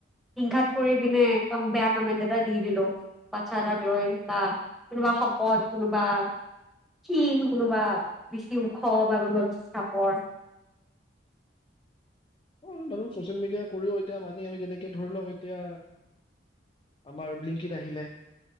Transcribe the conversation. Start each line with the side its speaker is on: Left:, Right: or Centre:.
Centre: হিংসাত পৰি পিনে বেয়া কমেন্ট এটা দি দিলো বাচ্ছা এটাক লৈ বা কোনোবা কত কোনোবা, ক্ষীণ কোনোবা! বেছি ওখ বা কোনোবা বেছি চাপৰ।
Left: অ' মানুহ চচিয়েল মিডিয়া কৰিও এতিয়া মানে আমি যেনেকে ধৰি লওক এতিয়া, আমাৰ ব্লিংকিত আহিলে।